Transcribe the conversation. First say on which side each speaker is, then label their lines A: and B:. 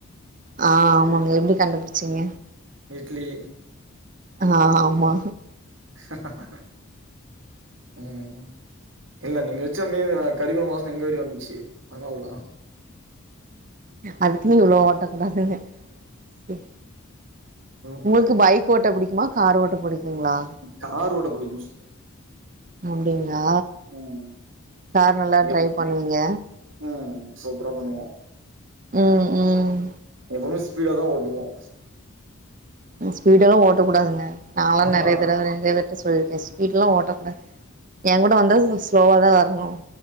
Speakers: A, on the right; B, on the right.
A: ஆ ஆமாங்க எப்டி கண்டுபுடிச்சீங்க
B: இட்லி
A: ஆ ஆமா
B: ஹா ஹா ஹா ம் இல்ல நீங்க வச்ச மீர்ன கறிக்கொழம்பு வாசன இங்க வரி வந்துச்சு அதனால தான்
A: அதுக்குன்னு இவ்வளோ ஓட்டக் கூடாதுங்க இ
B: ம்
A: உங்களுக்கு பைக் ஓட்ட புடிக்குமா கார் ஓட்ட புடிக்குங்களா
B: கார் ஓட்ட புடிக்கும் ஸ்
A: அப்டிங்ளா
B: ம்
A: கார் நல்லா ட்ரை
B: எப்
A: பண்ணுவீங்க
B: ம் சூப்பரா பண்ணுவ
A: ம் ம்
B: எப்பவுமே ஸ்பீடா தான் ஓட்டுவோம்
A: ம் ஸ்பீடவே ஓட்டக் கூடாதுங்க நாளாம்
B: ஆமா
A: நறையா தடவை நறையா பேர் கிட்ட சொல்லிருக்கேன் ஸ்பீட்லாம் ஓட்டக் கூடாது என் கூட வந்தா ஸ்லோவா தான் வரணும்